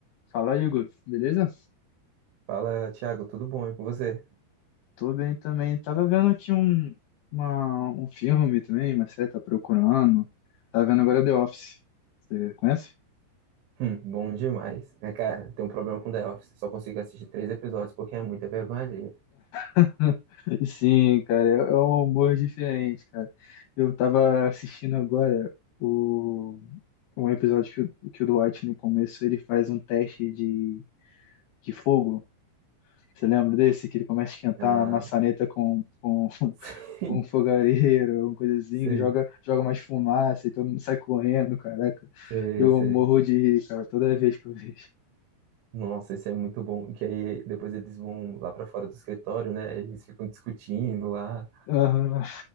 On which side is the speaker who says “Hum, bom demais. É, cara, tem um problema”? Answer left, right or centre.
Right